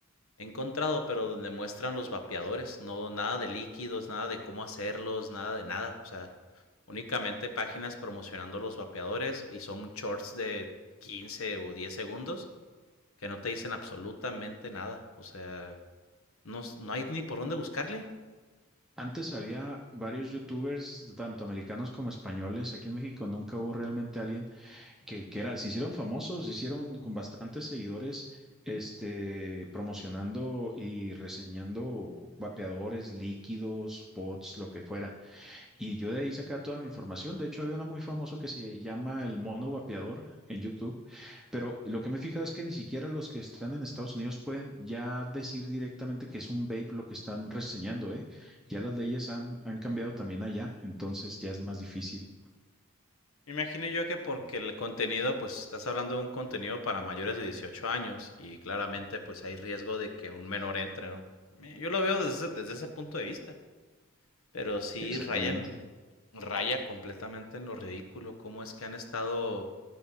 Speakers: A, on the left; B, in the centre.
A: He encontrado, pero donde muestran los vapeadores, no nada de líquidos, nada de cómo hacerlos, nada de nada. O sea, únicamente páginas promocionando los vapeadores y son shorts de 15 o 10 segundos que no te dicen absolutamente nada. O sea, no, no hay ni por dónde buscarle.
B: Antes había varios youtubers, tanto americanos como españoles. Aquí en México nunca hubo realmente alguien que, que era, se hicieron famosos, se hicieron con bastantes seguidores, este, promocionando y reseñando vapeadores, líquidos, pods, lo que fuera. Y yo de ahí saca toda mi información. De hecho, había uno muy famoso que se llama El Mono Vapeador en YouTube. Pero lo que me he fijado es que ni siquiera los que están en Estados Unidos pueden ya decir directamente que es un vape lo que están reseñando, ¿eh? Ya las leyes han, han cambiado también allá, entonces ya es más difícil.
A: Me Imagino yo que porque el contenido, pues estás hablando de un contenido para mayores de 18 años y claramente pues hay riesgo de que un menor entre, ¿no? Yo lo veo desde, desde ese punto de vista. Pero sí
B: Exactamente.
A: rayan, raya completamente en lo ridículo cómo es que han estado